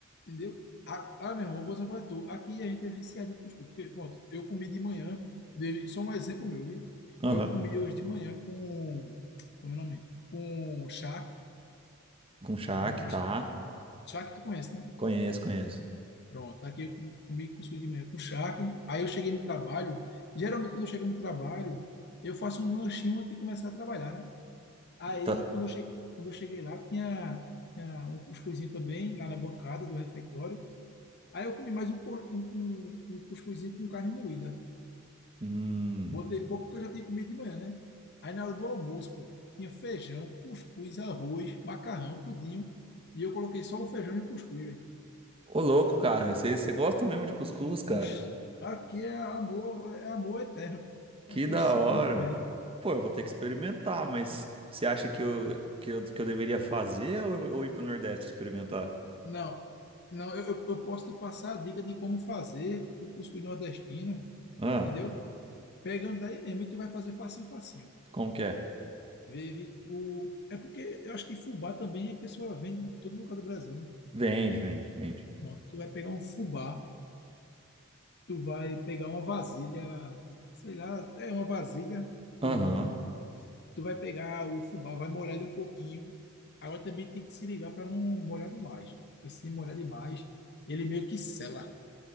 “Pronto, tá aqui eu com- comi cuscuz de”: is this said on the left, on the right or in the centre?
Left